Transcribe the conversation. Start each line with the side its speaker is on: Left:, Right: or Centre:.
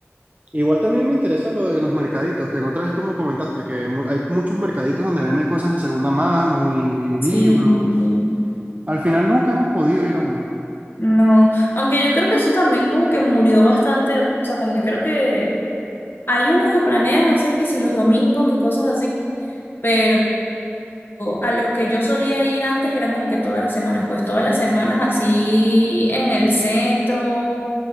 Right: Igual también me interesa lo de los mercaditos, que la otra vez tú me comentaste que mu- hay muchos mercaditos donde venden cosas de segunda mano y libros.
Left: Sí.
Right: Al final nunca hemos podido ir a uno.
Left: No, aunque yo creo que eso también como que murió bastante, o sea, como que creo que hay unos que planean hacer que si los domingos y cosas así, pero a los que yo solía ir antes eran como que todas las semanas, pues todas las semanas así en el centro,